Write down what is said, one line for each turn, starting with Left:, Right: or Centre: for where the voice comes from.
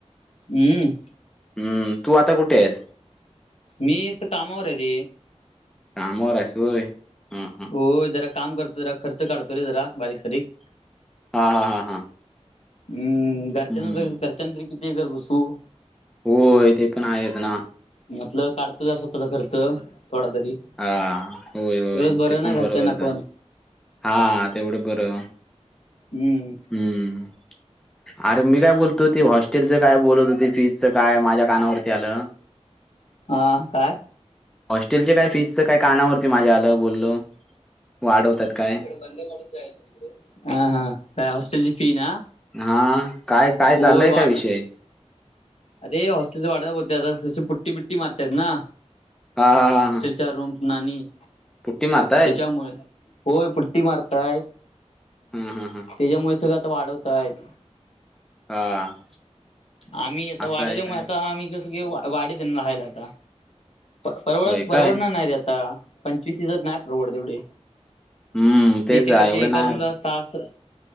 Left: हम्म
Centre: हम्म तू आता कुठे आहेस?
Left: मी आता कामावर आहे रे.
Centre: कामावर आहेस होय हा हा
Left: हो, जरा काम करतोय जरा खर्च काढतोय रे जरा बारीक सारीक.
Centre: हा हा हा हा.
Left: हम घरच्यानं,
Centre: हम्म
Left: घरच्यानं किती हे करत बसू.
Centre: होय, तेे पण आहेच ना.
Left: म्हटलं काढतो जसा तुजा खर्च थोडा तरी.
Centre: हां, होय, होय
Left: तेवढंच बरं
Centre: ते
Left: ना
Centre: पण
Left: घरच्यांना
Centre: बरोबरच
Left: पण
Centre: आहे. हां तेवढं बर
Left: हम्म.
Centre: हम्म. अरे, मी काय बोलतोय ते हॉस्टेलच काय बोलत होती ती? फीजच काय? माझ्या कानावरती आलं.
Left: <unintelligible> हां, काय?
Centre: हॉस्टेलच्या काय? फीजच काय? कानावरती माझ्या आलं बोललो. वाढवतात काय?
Left: <unintelligible> हां, हा काय? हॉस्टेलची फी ना.
Centre: हां, काय काय
Left: होय
Centre: चाललंय काय
Left: वाढ
Centre: विषय?
Left: अरे! हॉस्टेलचं भाडं बोलत्यात. अशी पुट्टी बि्टी मारत्यात ना.
Centre: हा हा हा हा.
Left: चार रूमसना आणि
Centre: पुट्टी मारतायत
Left: त्याच्यामुळे होय पुट्टी मारतायत.
Centre: हम हम हम.
Left: त्याच्यामुळे सगळंता वाढवत आहेत.
Centre: हां,
Left: आम्ही आता
Centre: असं
Left: वाढवल्यामुळे
Centre: आहे काय?
Left: आता आम्ही कसं घेऊ? वाडीत हा ना राहायला आता. परवडत
Centre: होय
Left: परवडणार
Centre: काय हा
Left: नाही रे आता. पंचवीस सीझर नाही परवड एवढे.
Centre: हम्म तेच
Left: इथे
Centre: आहे
Left: कशी
Centre: एवढं
Left: एका
Centre: नाही
Left: रूमला सात